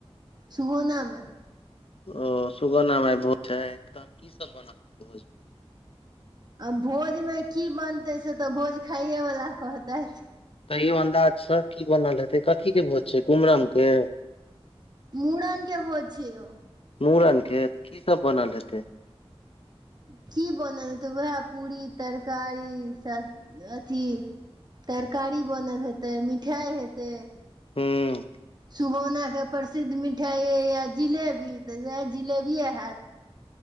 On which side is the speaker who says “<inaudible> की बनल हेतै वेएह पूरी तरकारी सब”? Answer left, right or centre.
Right